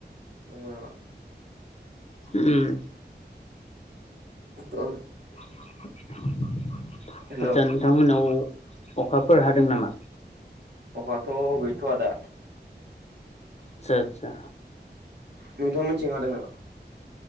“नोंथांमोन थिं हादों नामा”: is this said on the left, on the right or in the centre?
Right